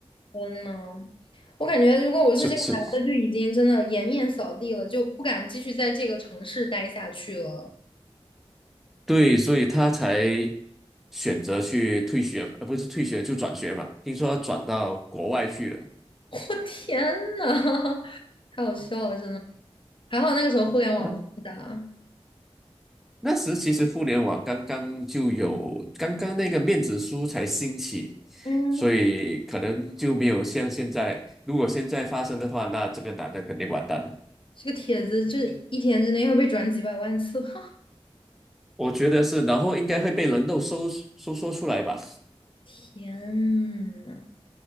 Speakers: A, on the left; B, in the centre.
A: 天呐，我感觉如果我是这个男的，
B: 是是，
A: 就已经真的颜面扫地了，就不敢继续在这个城市待下去了。
B: 对，所以他才选择去退学，呃，不是退学就转学嘛。听说他转到国外去了。
A: <laughs> 我天呐，<laughs> 太好笑了，真的。还好那个时候互联网不发达。
B: 啊，那时其实互联网刚刚就有，刚刚那个面子书才兴起，
A: 嗯。
B: 所以可能就没有像现在，如果现在发生的话，那这个男的肯定完蛋了。
A: 这个帖子就是一天之内要被转几百万次，<laughs>
B: 我觉得是，然后应该会被人肉搜搜索出来吧？
A: 天呐，